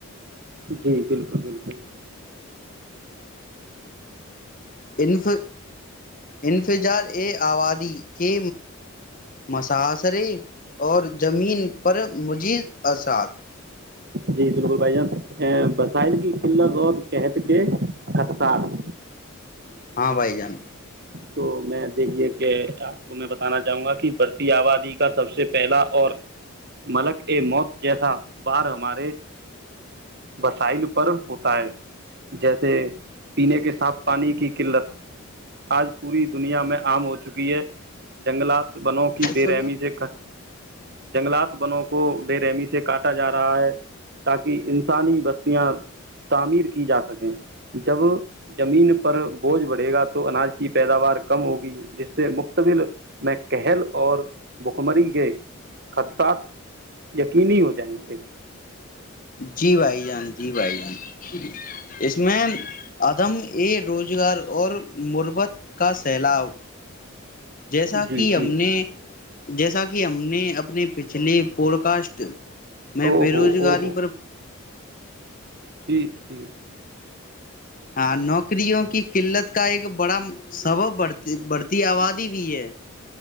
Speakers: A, on the right; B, on the left.
A: جی <inaudible> بالکل
B: ہف انفظار اے آبادی کے مساحصرے اور زمین پر مزید اسات
A: جی بالکل بھائی جان وسائل کی قلت اور قت کے خطشات
B: ہاں بھائی جان
A: تو میں دیکھیے کہ آپ کو میں بتانا چاہوں گا کہ بڑھتی آبادی کا سب سے پہلا اور ملک اے موت جیسا بار ہمارے وسائل پر ہوتا ہے جیسے پینے کے صاف پانی کی قلت آج پوری دنیا میں عام ہو چکی ہے جنگلات تو بناو کہ بے
B: سوچو
A: رحمی سے کر جنگلات بنو کو بے رحمی سے کاٹا جا رہا ہے تاکہ انسانی بستیاں تعمیر کی جا سکیں جب زمین پر بوجھ بڑھے گا تو اناج کی پیداوار کم ہوگی جس سے مقتبل میں قل اور بکمری کے خدشات یقینی ہو جائیں گے
B: جی بھائی جان جی بھائی جان اس میں عدم ا روزگار اور مربت کا سیلاب جیسا
A: جی
B: کہ
A: جی
B: ہم نے جیسا کہ ہم نے اپنے پچھلے پوڈ کاسٹ میں
A: او
B: بے روزگاری
A: ہو او ٹھیک ٹھیک
B: ہاں نوکریوں کی قلت کا ایک بڑا سبب بڑھتی بڑھتی آبادی بھی ہے